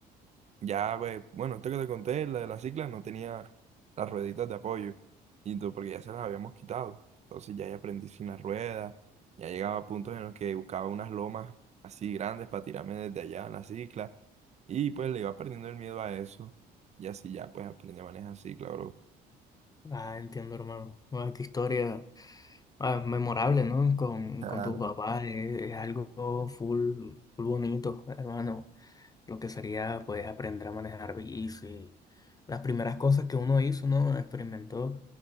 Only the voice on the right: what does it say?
ya, ve, bueno, esto que te conté, la de la cicla, no tenía las rueditas de apoyo, y tú, porque ya se las habíamos quitado. Entonces ya, ya aprendí sin las ruedas, ya llegaba a puntos en los que buscaba unas lomas así grandes para tirarme desde allá en la cicla, y pues le iba perdiendo el miedo a eso, y así ya pues aprendí a manejar cicla, bro.
Claro,